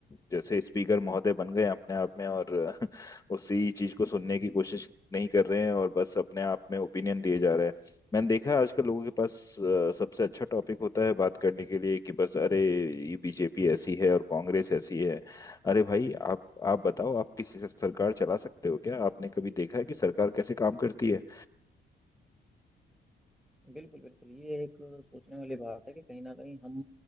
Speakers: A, on the left (about 15°); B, in the centre.
A: जैसे स्पीकर महोदय बन गए हैं अपने आप में और <laughs> अ, उसी चीज को सुनने की कोशिश नहीं कर रहे हैं और बस अपने आप में ओपिनियन दिए जा रहे हैं मैंने देखा है आजकल लोगों के पास अ, सबसे अच्छा टॉपिक होता है बात करने के लिए कि बस अरे ये बीजेपी ऐसी है और कांग्रेस ऐसी है अरे भाई आप आप बताओ आप किसी से सरकार चला सकते हो क्या आपने कभी देखा है कि सरकार कैसे काम करती है
B: बिल्कुल बिल्कुल ये एक सोचने वाली बात है कि कहीं ना कहीं हम